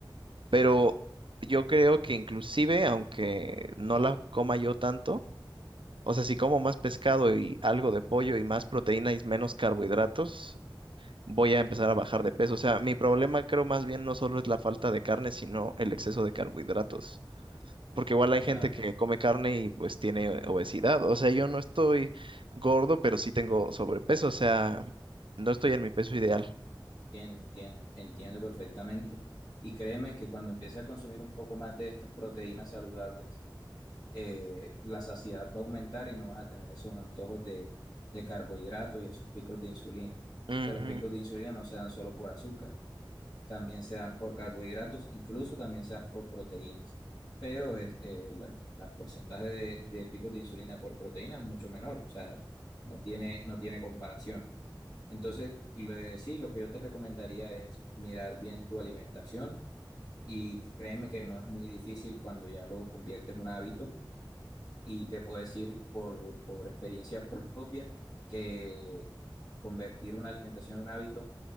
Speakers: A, on the right (about 80°); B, on the left (about 60°).
A: Pero yo creo que inclusive, aunque no la coma yo tanto, o sea, si como más pescado y algo de pollo y más proteína y menos carbohidratos, voy a empezar a bajar de peso. O sea, mi problema creo más bien no solo es la falta de carne, sino el exceso de carbohidratos. Porque igual hay gente
B: Claro,
A: que come carne y pues tiene obesidad. O sea, yo no estoy gordo, pero sí tengo sobrepeso. O sea, no estoy en mi peso ideal.
B: entiendo, entiendo, entiendo perfectamente. Y créeme que cuando empiece a consumir un poco más de estas proteínas saludables, eh, la saciedad va a aumentar y no vas a tener esos antojos de, de carbohidratos y esos picos de insulina,
A: Ujú.
B: que los picos de insulina no se dan solo por azúcar, también se dan por carbohidratos, incluso también se dan por proteínas, pero es, eh, la, la porcentaje de, de picos de insulina por proteína es mucho menor, o sea, no tiene, no tiene comparación. Entonces, le- sí, lo que yo te recomendaría es mirar bien tu alimentación y créeme que no es muy difícil cuando ya lo conviertes en un hábito y te puedo decir por, por experiencia propia que convertir una alimentación en un hábito